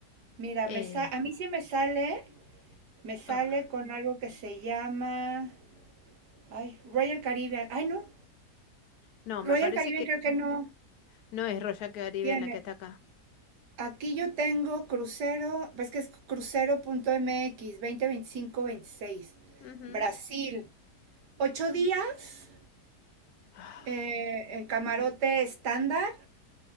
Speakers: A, on the right; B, on the left.
A: mira,
B: Eh,
A: me sa- a mí sí me sale, me sale
B: ah,
A: con algo que se llama, ay, Royal Caribbean. Ay, no,
B: no, me
A: Royal
B: parece
A: Caribbean
B: que...
A: creo que no
B: No es Royal Caribbean
A: tiene.
B: la que está acá.
A: Aquí yo tengo crucero, ves que es crucero.mx, 20 25 26
B: Ujú.
A: Brasil, ocho días.
B: Ah,
A: Eh,
B: qué lindo.
A: en camarote estándar,